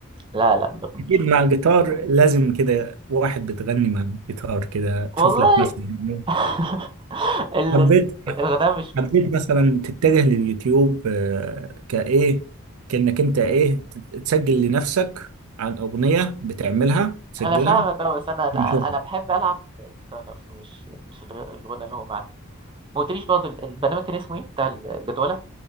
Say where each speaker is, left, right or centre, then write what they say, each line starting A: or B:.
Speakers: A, on the right; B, on the right.
A: لا لا ما بغنيش
B: اكيد مع الجيتار لازم كده واحد بتغني مع الجيتار كده تشوف
A: والله
B: لك مثلا
A: <laughs> ال-
B: حبيت
A: الغناء مش من
B: حبيت مثلا تتجه لليوتيوب آه، كايه كانك انت ايه تت- تسجل لنفسك عن اغنية بتعملها تسجلها
A: أنا فاهمك أه بس أنا لا
B: نشوف
A: أنا بحب ألعب الجيتار نفسه مش مش الغ- الغنى اللي هو معاه ما قلتليش برضه ال- البرنامج كان اسمه ايه بتاع الجدولة